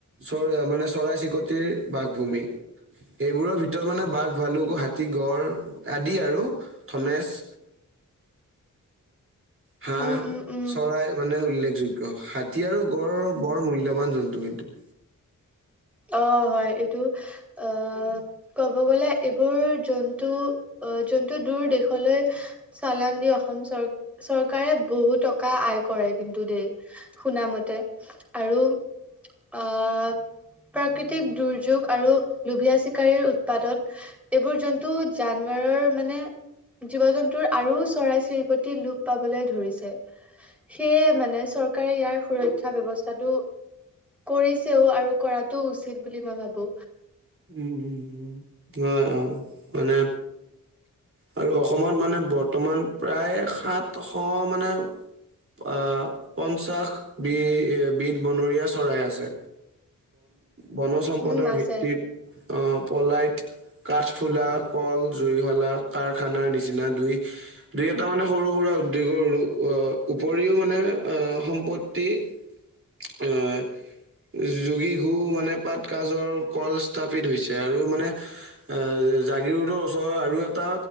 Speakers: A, on the right (about 40°); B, in the centre.
A: চৰা মানে চৰাই চিৰিকটিৰ বাসভূমি এইবোৰৰ ভিতৰত মানে বাঘ ভালুক হাতী গড় আদি আৰু থনেজ <inaudible> হাঁহ
B: উম উম উম
A: চৰাই মানে উল্লেখ যোগ্য হাতী আৰু গড়ৰ বৰ মূল্যবান জন্তু কিন্তু
B: অ হয় এইটো আহ ক'ব গলে এইবোৰ জন্তু অ যোনটো দূৰ দেশলৈ চালান দি অসম চৰ চৰকাৰে বহু টকা আয় কৰে কিন্তু দেই শুনা মতে আৰু আহ প্ৰাকৃতিক দুৰ্যোগ আৰু লোভীয়া চিকাৰীৰ উৎপাদন এইবোৰ জন্তু জানা মানে জীৱ জন্তুৰ আৰু চৰাই চিৰিক লোপ পাবলৈ ধৰিছে সেয়ে মানে চৰকাৰে ইয়াৰ সুৰক্ষা ব্যৱস্থাটো কৰিছেও আৰু কৰাটো উচিত বুলি মই ভাবো
A: উম উম অ অ মানে আৰু অসমত মানে বৰ্তমান প্ৰায় সাতশ মানে অ পঞ্চাশ বি বিধ বনৰীয়া চৰাই আছে বনজ সম্পদৰ
B: উম আছে
A: ভিত্তিত আহ পলাইত কাঠফুলা কল জুইশলা কাৰখানাৰ নিচিনা দুই দুই এটা মানে সৰু সুৰা উপৰিও মানে অ সম্পত্তি <unintelligible> যোগী ঘু মানে পাত কাজৰ কল স্থাপিত হৈছে আৰু মানে এ এ জাগিৰোডৰ ওচত আৰু এটা